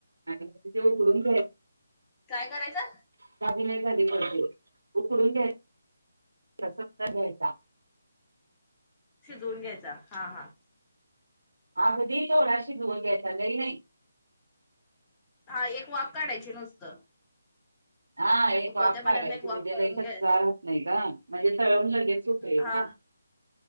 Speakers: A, on the right; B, on the left.
A: आणि मग ते उकडून घ्यायच.
B: काय करायचं?
A: काग <unintelligible> नाही झाली पाहिजे, उकडून घ्याय सत्ता घ्यायचा. <unintelligible>
B: शिजवून घ्यायचा. हा, हा
A: अगदी थोडा शिजवून घ्यायचा लई नाही.
B: हा एक वाफ काढायची नुसतं.
A: हा एक
B: उकळत्या
A: वाफ
B: पाण्यातन
A: काढायची,
B: एक वाफ
A: म्हणजे
B: काढून
A: लई कच्चा
B: घ्याय
A: राहत नाही ग म्हणजे तळून लगेच होतय
B: हा
A: ना.